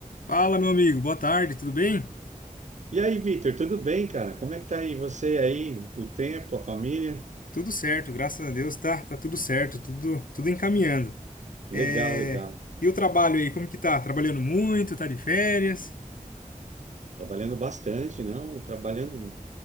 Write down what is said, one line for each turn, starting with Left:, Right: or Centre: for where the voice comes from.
Left: Fala, meu amigo, boa tarde, tudo bem?
Right: E aí, Vitor, tudo bem, cara? Como é que tá aí você aí, o tempo, a família?
Left: Tudo certo, graças a Deus, tá, tá tudo certo, tudo, tudo encaminhando. É,
Right: Legal, legal.
Left: E o trabalho aí, como que tá? Trabalhando muito, tá de férias?
Right: Trabalhando bastante, não? Trabalhando